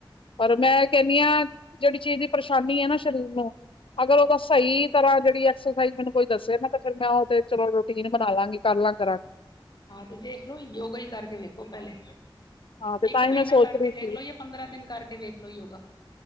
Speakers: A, on the left (about 80°); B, on the left (about 50°).
A: ਪਰ ਮੈਂ ਜੇੜੀ ਚੀਜ਼ ਦੀ ਪਰੇਸ਼ਾਨੀ ਐ ਨਾ ਸਰੀਰ ਨੂੰ ਅਗਰ ਓਦਾ ਸਈ ਤਰ੍ਹਾਂ ਜੇਦੀਬਐਕਸਰਸਾਈਜ਼ ਮੈਨੂੰ ਕੋਈ ਦੱਸੇ ਨਾ ਤੇ ਫਿਰ ਮੈਂ ਓ ਤੇ ਚਲੋ ਰੂਟੀਨ ਬਣਾਲਾਂਗੀ ਕਰਲਾਂ ਕਰਾਂਗੀ।
B: ਹਾਂ ਤੇ ਦੇਖ ਲੋ ਯੋਗਾ ਈ ਕਰਕੇ ਵੇਖੋ ਪੈਲੇ
A: ਹਾਂ ਤੇ
B: ਇੱਕ
A: ਤਾਂ
B: ਮਹੀਨਾ
A: ਹੀ ਮੈਂ ਸੋਚ
B: ਕਰਕੇ
A: ਰਹੀ
B: ਦੇਖਲੋ
A: ਸੀ
B: ਯ ਪੰਦਰਾਂ ਦਿਨ ਕਰਕੇ ਵੇਖਲੋ ਯੋਗਾ।